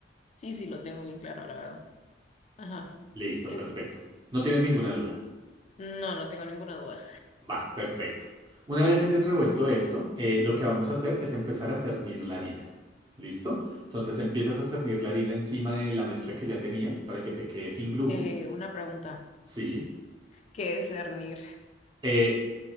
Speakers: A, on the left (about 40°); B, on the right (about 25°).
A: Sí, sí, lo tengo bien claro, la verdad. Ajá.
B: Listo,
A: ¿Qué
B: perfecto.
A: sí?
B: No tienes ninguna duda.
A: No, no tengo ninguna duda.
B: Va, perfecto. Una vez hayas revuelto esto, eh, lo que vamos a hacer es empezar a cernir la harina. ¿Listo? Entonces empiezas a cernir la harina encima de la mezcla que ya tenías para que te quede sin grumos.
A: Eh, una pregunta.
B: Sí.
A: ¿Qué es cernir?
B: Eh,